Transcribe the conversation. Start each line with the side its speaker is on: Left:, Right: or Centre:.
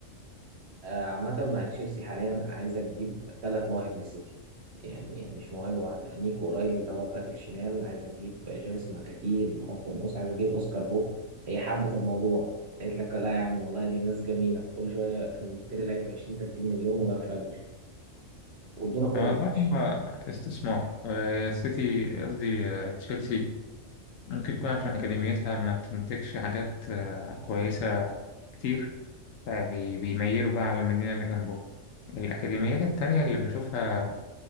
Right: آه، عامة مع تشيلسي حاليا عايزة تجيب ثلاث مواهب من السيتي يعني مش موهبة واحدة نيكو أورايلي اللي هو الباك الشمال عايزة تجيب جيمس ماكاتي اللي خط النص عايزة تجيب أوسكار بوب هي حبت الموضوع قالت لك لا يا عم والله دي ناس جميلة كل شوية نشتري لعيب ب 20 30 مليون وينفجر وادونا كوفيتش
Left: والله هو استثمار آه، السيتي قصدي آه، تشيلسي ممكن يكون عشان أكاديميتها ما بتنتجش حاجات آه، كويسة كتير فبيميلوا بقى على المدينة اللي جنبهم الأكاديميات التانية اللي بشوفها